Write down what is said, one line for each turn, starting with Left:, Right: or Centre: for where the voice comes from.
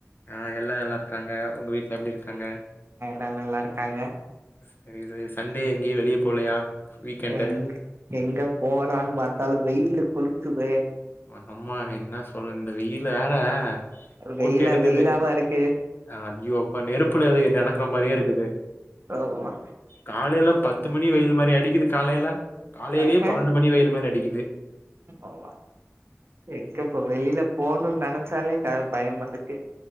Left: ஆ எல்லா நல்லாருக்காங்க உங்க வீட் ல எப்டிருக்காங்க
Right: எல் நல்லாருக்காங்க
Left: செரி செரி சண்டே எங்கியு வெளிய போலையா வீக்கெண்டு.
Right: எங் எங்க போலான் பாத்தாலு வெயிலு கொளுத் துதே
Left: ம ஹம்மா என்ன ஸ் <unintelligible> இந்த வெயில்ல வேற போட்டு
Right: வெயிலா
Left: எடுக்குது
Right: வெயிலாவா இருக்கு
Left: அய்யோ அப்பா நெருப்புல எதுய நடக்கற மாரியே இருக்குது
Right: ஆமா
Left: காலைல பத்து மணி வெயில் மாரியா அடிக்கிதுக் காலைல காலைலியே
Right: ஆஹ
Left: பன்னண்டு மணி வெயில் மாரி அடிக்கிது
Right: ஆமா எங்க இப்ப வெளில போணுன் நெனைச்சாலே க பயமாருக்கு